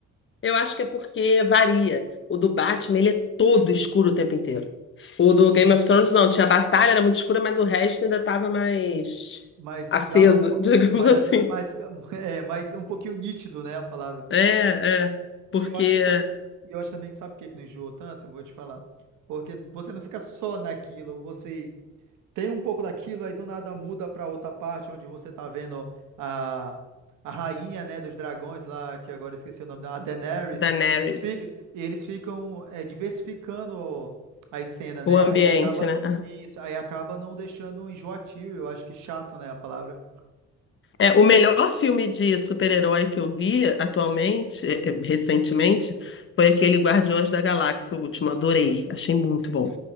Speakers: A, on the left; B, on the right.
A: Eu acho que é porque varia. O do Batman, ele é todo escuro o tempo inteiro. O do
B: Sim,
A: Game of Thrones, não. Tinha a batalha, era muito escura, mas o resto ainda tava mais
B: mas
A: aceso,
B: dava um pouco.
A: <laughs> digamos
B: Mas,
A: assim.
B: mas, <laughs> é, mas um pouquinho nítido, né? A palavra.
A: É, é.
B: E
A: Porque
B: eu acho que tam- e eu acho também que sabe por que que não enjoou tanto? Eu vou te falar. Porque você não fica só naquilo, você tem um pouco daquilo, aí do nada muda pra outra parte onde você tá vendo a, a rainha, né, dos dragões lá, que agora eu esqueci o nome da, a Daenerys.
A: Daenerys.
B: Eles ficam, eles ficam é, diversificando as cenas,
A: O
B: né?
A: ambiente,
B: Aí acaba
A: né?
B: isso, aí acaba não deixando enjoativo, eu acho que chato, né, a palavra.
A: É, o melhor filme de super-herói que eu vi atualmente, é, é, recentemente, foi aquele Guardiões da Galáxia, o último. Adorei. Achei muito bom.